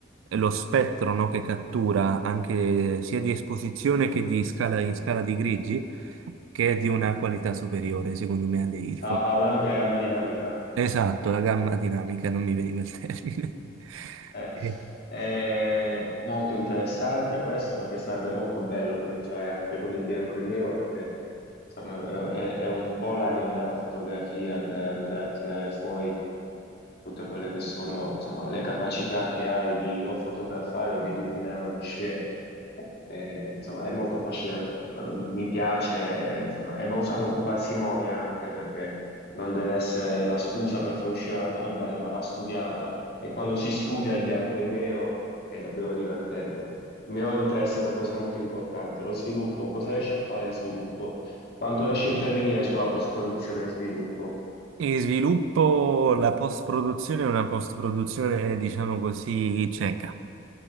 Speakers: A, on the right; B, on the left.
A: lo spettro, no, che cattura anche sia di esposizione che di scala in scala di grigi, che è di una qualità superiore, secondo me, alle Ilford.
B: Ha, ha un'ampia gamma dinamica.
A: Esatto, la gamma dinamica, non mi veniva il termine. <laughs>
B: Eh,
A: E-
B: È molto interessante questo perché sarebbe molto bello cominciare anche con il bianco e nero perché insomma è, è- è un po' l'anima della fotografia per andare a tirare fuori tutte quelle che sono insomma le capacità che hai di o fotografare o di illuminare una scena. Eh, insomma, è molto affascinante per quello. Mi, mi piace, eh, insomma, e va usato con parsimonia anche perché non deve essere la scusa per far uscire una foto bella, ma va studiata. E quando si studia il bianco e il nero è davvero divertente. Il mio interesse è una cosa molto importante, lo sviluppo. Cosa riesce a fare il sviluppo? Quanto riesce a intervenire sulla post-produzione e sviluppo?
A: In sviluppo, la post-produzione è una post-produzione, diciamo così, cieca,